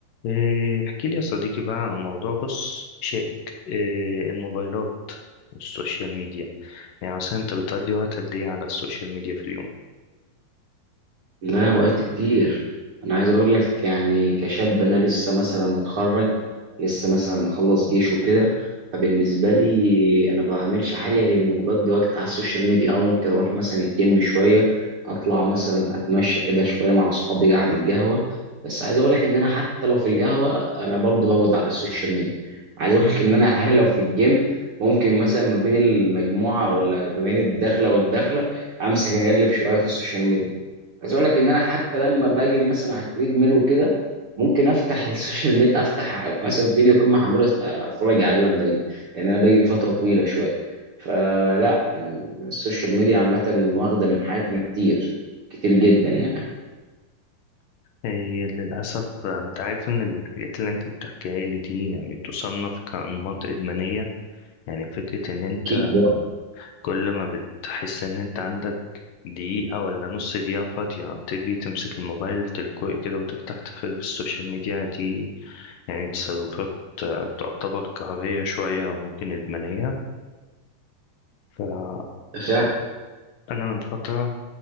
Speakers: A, on the left; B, on the right.
A: إيه، احكي لي يا صديقي بقى عن موضوع بص شائك إيه، الموبايلات والسوشيال ميديا يعني مثلا انت بتقضي وقت قد ايه على السوشيال ميديا في اليوم
B: لا وقت كتير انا عايز اقول لك يعني كشاب انا لسه مثلا متخرج لسه مثلا مخلص جيش وكده فبالنسبه لي انا ما بعملش حاجه غير اني بقضي وقت على السوشيال ميديا او ممكن اروح مثلا الجيم شويه اطلع مثلا اتمشى كده شويه مع اصحابي قاعد القهوه بس عايز اقول لك ان انا حتى لو في القهوه انا برضو بقعد على السوشيال ميديا عايز اقول لك ان انا <laughs> احيانا لو في الجيم ممكن مثلا ما بين المجموعه ولا ما بين الدخله والدخله امسك اقلب شويه في السوشيال ميديا عايز اقول لك ان انا حتى لما بجري مثلا على التريد ميل وكده ممكن افتح السوشيال ميديا افتح مثلا فيديو اكون محمله أس- اتفرج عليه وانا بجري لان انا بجري فتره طويله شويه فلا يعني السوشيال ميديا عامه واخده من حياتنا كتير كتير جدا يعني
A: آه، هي للأسف انت عارف ان الحاجات اللي انت بتحكيها لي دي يعني تصنف كأنماط إدمانية يعني فكرة ان انت
B: اكيد
A: كل ما بتحس ان انت عندك دقيقة ولا نص دقيقة فاضية تجي تمسك الموبايل تلقائي كده وتفتح تفرج في السوشيال ميديا دي يعني تصرفات آه، تعتبر قهرية شوية وممكن إدمانية فأنا
B: آه، فعلا
A: أنا من فترة